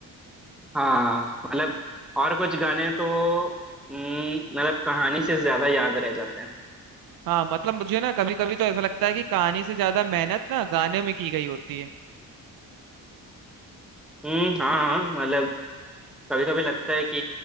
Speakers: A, in the centre; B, on the right.
A: हाँ मतलब और कुछ गाने तो हम्म, मतलब कहानी से ज्यादा याद रह जाते हैं
B: हाँ मतलब मुझे ना कभी कभी तो ऐसा लगता है कि कहानी से ज्यादा मेहनत ना गाने में की गई होती है
A: हम्म हाँ हाँ मतलब कभी कभी लगता है कि